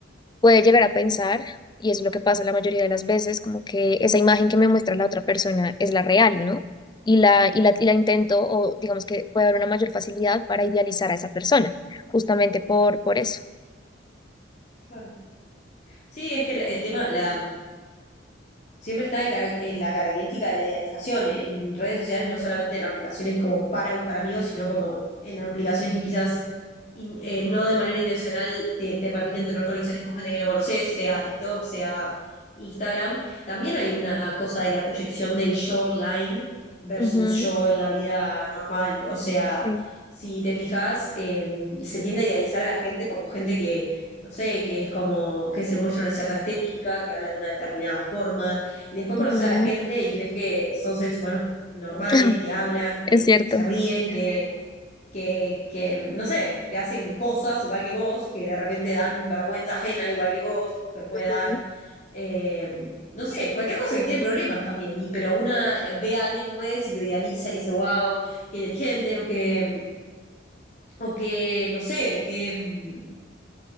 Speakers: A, on the left (about 25°); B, on the left (about 40°).
A: puede llegar a pensar, y es lo que pasa la mayoría de las veces, como que esa imagen que me muestra la otra persona es la real, ¿no? Y la, y la, y la intento, o digamos que puede haber una mayor facilidad para idealizar a esa persona, justamente por, por eso.
B: Claro. Sí, es que el, el tema, la, siempre está el cara- en la característica de la idealización en redes sociales, no solamente en aplicaciones como para buscar amigos, sino como en aplicaciones que quizás in- eh, no de manera intencional te, te permiten tener conexiones con gente que no conoces, sea TikTok, sea Instagram. También hay una cosa de la proyección del yo online versus
A: Ujú,
B: yo en la vida normal. O sea,
A: sí,
B: si te fijas, eh, se tiende a idealizar a la gente como gente que... No sé, que es como que se muestra una cierta estética, que habla de una determinada forma, y después conoces
A: ujú.
B: a la gente y ves que son seres humanos normales,
A: <clears throat>
B: que hablan,
A: <laughs>
B: que
A: Es cierto.
B: se ríen, que, que, que, no sé, que hacen cosas igual que vos, que de repente dan vergüenza ajena igual que vos, que puede
A: Ujú.
B: dar, eh, no sé, cualquier cosa que tiene problemas también, y, pero una eh, ve a alguien en redes y lo idealiza y dice, wow, qué inteligente, o que, o que, no sé, que mm,